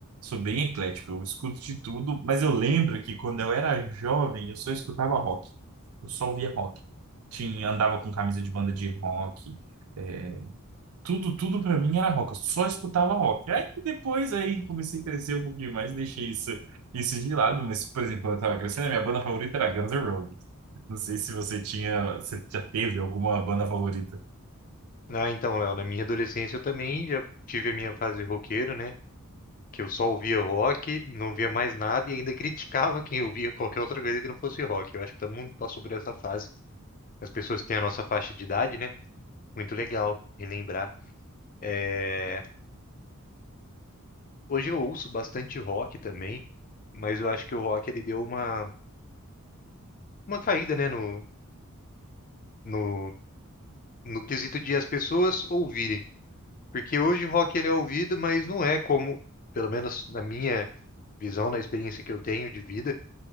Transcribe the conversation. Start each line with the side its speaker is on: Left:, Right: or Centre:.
Right: Sou bem eclético, eu escuto de tudo, mas eu lembro que quando eu era jovem, eu só escutava rock. Eu só ouvia rock tinha, andava com camisa de banda de rock. é, tudo, tudo para mim era rock. Eu só escutava rock. Aí depois aí comecei a crescer um pouquinho mais, deixei isso, isso de lado. Mas, por exemplo, quando eu tava crescendo, a minha banda favorita era Guns N' Roses. Não sei se você tinha, você já teve alguma banda favorita.
Left: Ah, então, Léo, na minha adolescência eu também já tive a minha fase roqueiro, né? que eu só ouvia rock, não via mais nada e ainda criticava quem ouvia qualquer outra coisa que não fosse rock. Eu acho que todo mundo passou por essa fase. As pessoas que têm a nossa faixa de idade, né? Muito legal relembrar. É, Hoje eu ouço bastante rock também, mas eu acho que o rock ele deu uma, uma caída, né, no, no, no quesito de as pessoas ouvirem. Porque hoje o rock ele é ouvido, mas não é como, pelo menos na minha visão, na experiência que eu tenho de vida,